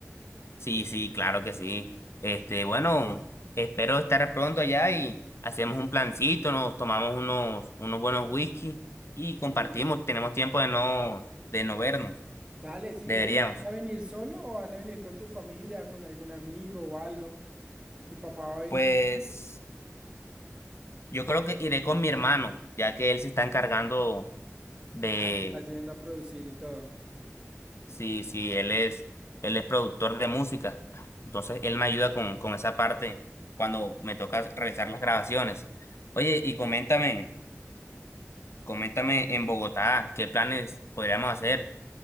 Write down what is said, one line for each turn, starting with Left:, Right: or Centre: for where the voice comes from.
Left: Sí, sí, claro que sí. Este, bueno, espero estar pronto allá y hacemos un plancito, nos tomamos unos, unos buenos whisky y compartimos.
Right: Uy.
Left: Tenemos tiempo de no, de no vernos.
Right: Dale, sí,
Left: Deberíamos.
Right: ven, ¿vas a venir solo o vas a venir con tu familia, con algún amigo o algo? ¿Tu papá va a venir
Left: Pues
Right: también?
Left: yo creo que iré con mi hermano, ya que él se está encargando de,
Right: Ah, te está ayudando a producir y todo.
Left: sí, sí, él es, él es productor de música. Entonces él me ayuda con, con esa parte cuando me toca realizar las grabaciones. Oye, y coméntame. Coméntame en Bogotá qué planes podríamos hacer